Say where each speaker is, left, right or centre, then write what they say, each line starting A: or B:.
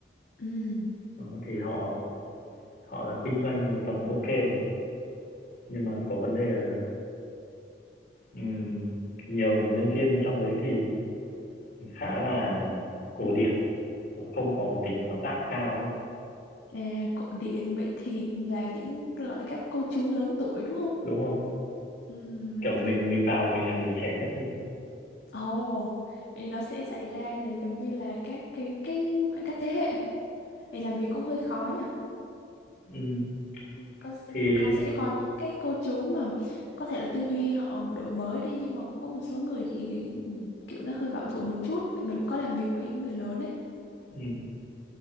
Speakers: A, on the left; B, on the left.
A: ừ
B: đó, thì họ họ là kinh doanh một phần ok rồi nhưng mà có vấn đề là Ừm, nhiều nhân viên trong đấy thì khá là cổ điển và không có tính sáng tạo cao ấy,
A: à, cổ điển vậy thì là những gọi là các cô chú lớn tuổi đúng không
B: đúng không?
A: ừ vậy
B: Kiểu mình
A: thì
B: mình vào mình là người trẻ nhất luôn.
A: ồ oh, thì nó sẽ xảy ra là giống như là các cái cái khoảng cách thế hệ thì làm việc cũng hơi khó nhỉ
B: Ừm,
A: có
B: thì
A: có sẽ có những cái cô chú mà có thể là tư duy họ đổi mới đi nhưng mà cũng có một số người thì kiểu nó hơi bảo thủ một chút mình cũng có làm việc với những người lớn đấy
B: ừm,